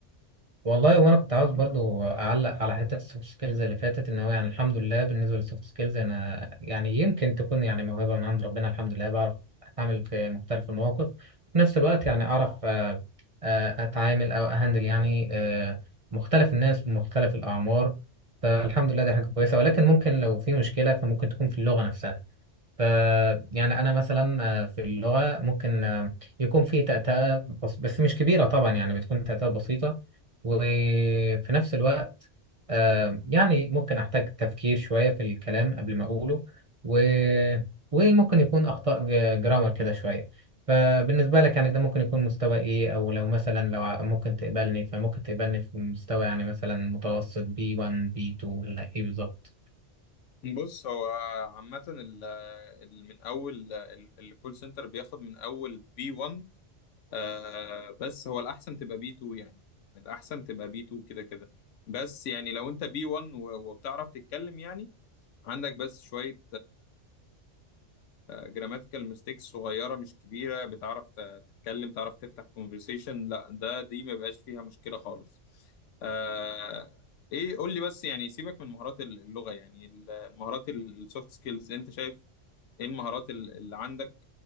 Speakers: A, on the right (about 35°); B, on the left (about 85°).
A: والله وانا كنت عاوز برضو اعلق على حته السوفت سكيلز اللي فاتت ان هو يعني الحمد لله بالنسبه للسوفت سكيلز انا يعني يمكن تكون يعني موهبه من عند ربنا الحمد لله بعرف اتعامل في مختلف المواقف في نفس الوقت يعني اعرف آه، آه، اتعامل او اهندل يعني آه، مختلف الناس ومختلف الاعمار فالحمد لله دي حاجه كويسه ولكن ممكن لو في مشكله فممكن تكون في اللغه نفسها ف يعني انا مثلا آه، في اللغه ممكن آه، يكون في تأتأة بس, بس مش كبيره طبعا يعني بتكون تأتأة بسيطه وفي نفس الوقت آه، يعني ممكن احتاج تفكير شويه في الكلام قبل ما اقوله و... وممكن يكون اخطاء ج- جرامر كده شويه فبالنسبه لك يعني ده ممكن يكون مستوى ايه او لو مثلا لو ع- ممكن تقبلني فممكن تقبلني في مستوى يعني مثلا متوسط B1 B2 ولا ايه بالظبط
B: بص هو عامه ال- ال- من اول الكول سنتر بياخد من اول بي 1 آه بس هو الأحسن تبقى بي 2 يعني الأحسن تبقى بي 2 كده كده بس يعني لو أنت بي 1 و- وبتعرف تتكلم يعني عندك بس شوية جراماتيكال ميستيكس صغيرة مش كبيرة بتعرف ت- تتكلم تعرف تفتح كونفرسيشن لا ده دي ما بقاش فيها مشكلة خالص آه إيه قول لي بس يعني سيبك من مهارات اللغة يعني المهارات السوفت سكيلز أنت شايف إيه المهارات اللي عندك